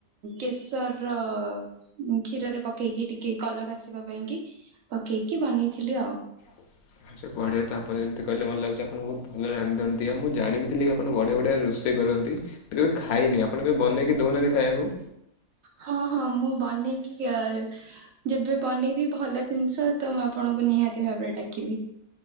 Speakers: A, on the right; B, on the left.
A: କେଶର ର ଅ କ୍ଷୀରରେ ପକେଇକି ଟିକେ କଲର ଆସିବା ପାଇଁ କି ପକେଇକି ବନେଇଥିଲି ଆଉ।
B: <inaudible> ଆଚା ବଢିଆ ତ ଆପଣ ଯେମତି କହିଲେ ମତେ ଲାଗୁଚି ଆପଣ ବହୁତ ଭଲ ରାନ୍ଧନ୍ତି, ଆଉ ମୁଁ ଜଣିବିଥିଲି କିପଣ ବଢିଆଢିଆ ରୋଷେଇ ଇ ପାରନ୍ତି, କେବେ ଖାଇନି ଆପଣ କେବେ ବନେଇକି ଦଉନାହାନ୍ତି ଖାଇବାକୁ?
A: ହଁ ହଁ ମୁଁ ବନେଇକିକ କ ଯେବେ ବନେଇବି ଭଲ ଜିନିଷ ତ ମୁଁ ଆପଣଙ୍କୁ ନିହା ହାତି ଭାବରେ ଡାକିବି।